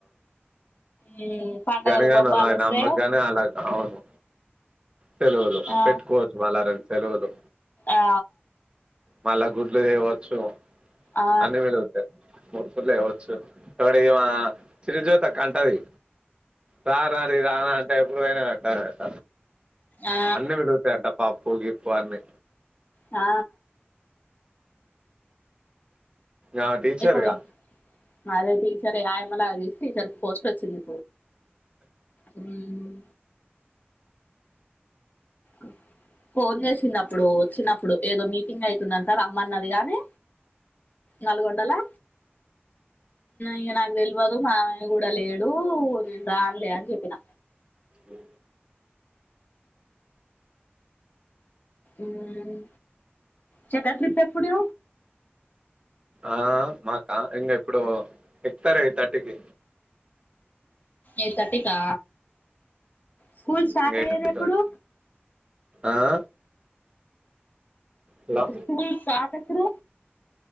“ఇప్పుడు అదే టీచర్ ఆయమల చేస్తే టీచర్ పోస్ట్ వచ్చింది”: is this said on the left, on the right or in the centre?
Left